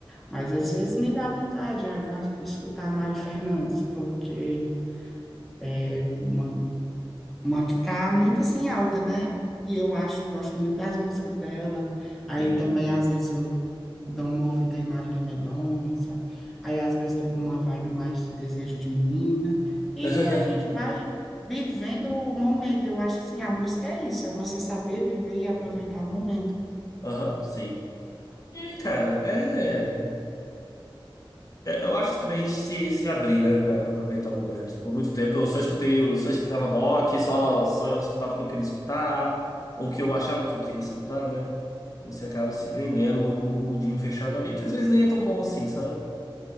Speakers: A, in the centre; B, on the left (about 40°).
A: mas às vezes me dá vontade, ah, escutar a Mari Fernandes, porque é uma Uma que tá muito assim alta, né? E eu acho, gosto muito das músicas dela. Aí
B: Sim.
A: também, às vezes, eu dou uma ouvida em Marília Mendonça. Aí, às vezes, tô com uma vibe mais de desejo de menina. E
B: <laughs>
A: a gente vai vivendo o momento. Eu acho assim, a música é isso, é você saber viver e aproveitar o momento.
B: Aham. Sim. E aí, cara? É. É, Eu acho que também a gente se, se abrir, né, pra, pra aproveitar o momento. Por muito tempo eu só escutei, eu só escutava rock, só, só eu escutava o que eu queria escutar, ou o que eu achava que eu queria escutar, né? Você acaba se prendendo num num mundinho fechado ali, que às vezes nem é tão bom assim, sabe?